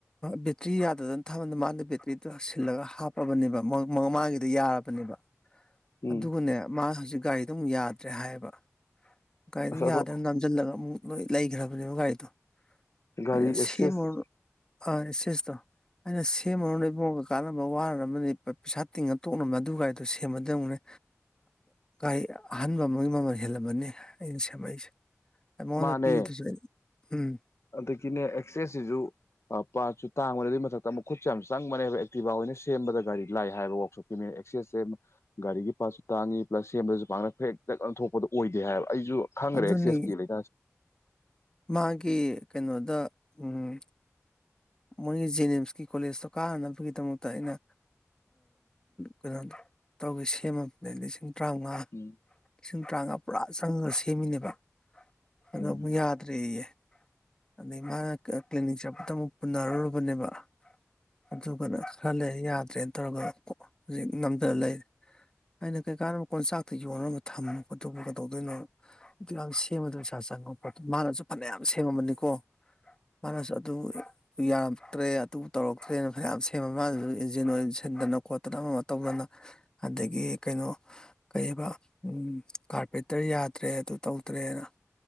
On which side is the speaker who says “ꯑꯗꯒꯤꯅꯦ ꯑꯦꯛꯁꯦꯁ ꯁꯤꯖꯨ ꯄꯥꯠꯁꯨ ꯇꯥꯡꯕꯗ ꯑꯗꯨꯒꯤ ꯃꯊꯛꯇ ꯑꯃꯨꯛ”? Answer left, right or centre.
Left